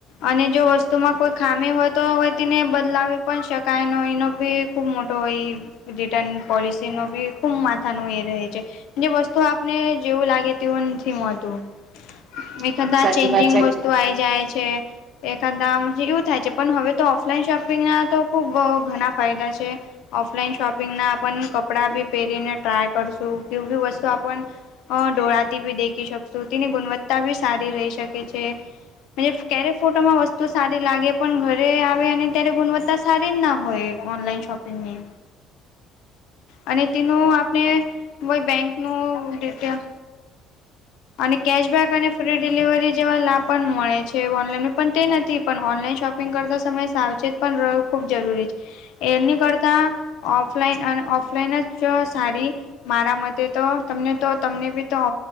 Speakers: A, on the left; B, on the right.
A: અને જો વસ્તુમાં કોઈ ખામી હોય તો હોય તેને બદલાવી પણ શકાય નય એનો ભી ખૂબ મોટો ઓઇ રિટર્ન પોલિસી ન બી ખુબ માથા નું એ રહે છે. જે વસ્તુ આપને જેવું લાગે તેવું નથી મળતું. મે
B: એકદમ
A: કદા
B: સાચી
A: ચેન્જિંગ
B: વાત છે.
A: વસ્તુ આઈ જાય છે. છે. એખાદા એવું થાય છે, પણ હવે તો ઓફલાઈન શોપિંગના તો ખુબ ઘણા ફાયદા છે. ઓફલાઈન શોપિંગના કપડા બી પહેરીને ટ્રાય કરશું કે બી વસ્તુ આપન ડોળાતી ભી દેખી શકશું. તેની ગુણવત્તા ભી સારી રહી શકે છે. <unintelligible> ક્યારે ફોટોમાં વસ્તુ સારી લાગે પણ ઘરે આવે અને ત્યારે ગુણવત્તા સારી જ ના હોય ઓનલાઈન શોપિંગની. અને તેનું આપણે કોઈ બેંક નું ડિટેલ અને કેશબેક અને ફ્રી ડિલિવરી જેવા લાભ પણ મળે છે. ઓનલાઈન પણ તે નથી પણ ઓનલાઈન શોપ શપિંગ કરતા સમય સાવચેત પણ રહેવું ખૂબ જરૂરી છે. એરની કરતાં ઓફલાઈન અને ઓફલાઈન જ સાડી મારા મતે તો તમને તો તમને બી તો